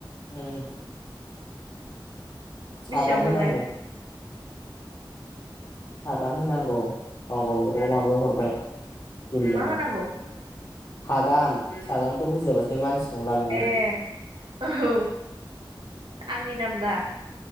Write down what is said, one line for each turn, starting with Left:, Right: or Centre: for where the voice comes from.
Left: ओं सागान
Right: बेसेबांमोनलाय
Left: होनांगौ सागान होनांगौ गावबा गाव माबायाव हरबाय जिल्लायाव
Right: मा होनांगौ
Left: सागान सागानखौ बुजियाबासाय मानसि नंला नोङो
Right: ए औ आं मिनामदा